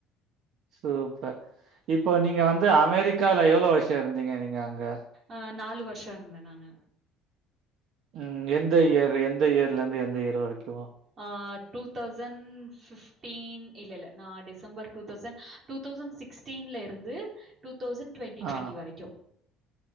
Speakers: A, on the right; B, on the right.
A: சூப்பர் இப்போ நீங்க வந்து அமெரிக்கால எவ்ளோ வர்ஷோ இருந்தீங்க நீங்க அங்க
B: அ நாலு வர்ஷோ இருந்தே நானு
A: ம் எந்த இயரு எந்த இயர்லர்ந்து எந்த இயர் வரைக்கு
B: அ டூ தௌசண் ஃபிஃப் டீன் இல்ல இல்ல நா December two thousand two thousand சிக்ஸ்டீன்லருந்து டூ தௌசண்ட் ட்வெண்ட்டி
A: ஆ.
B: ட்வெண்ட்டி வரைக்கு